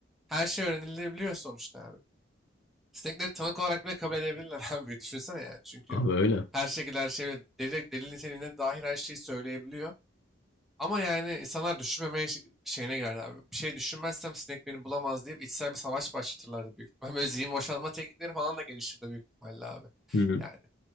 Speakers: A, in the centre; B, on the left.
A: her şey öğrenilebiliyor sonuçta abi. Sinekleri tanık olarak bile kabul edebilirler <laughs> abi. Düşünsene yani. Çünkü
B: Abi öyle.
A: her şekilde her şeyle delil, delil niteliğine dair her şeyi söyleyebiliyor. Ama yani insanlar düşünmemeye şi- şeyine girer abi. Bir şey düşünmezsem sinek beni bulamaz deyip içsel bir savaş başlatırlardı büyük ihtimalle. Böyle zihin boşaltma teknikleri falan da gelişirdi büyük ihtimalle abi.
B: hı.
A: Yani